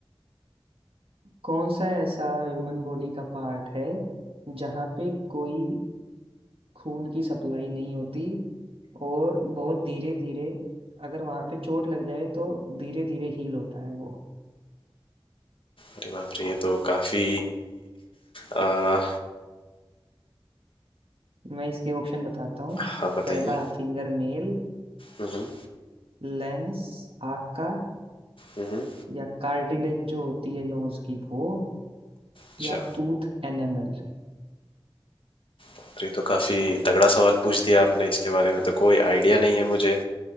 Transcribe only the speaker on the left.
अरे बाप रे ये तो काफी आ,
हाँ बताइए
हम्म
हम्म
अच्छा
बाप रे, तो काफी तगड़ा सवाल पूछ दिया आपने इसके बारे में तो कोई आइडिया नहीं है मुझे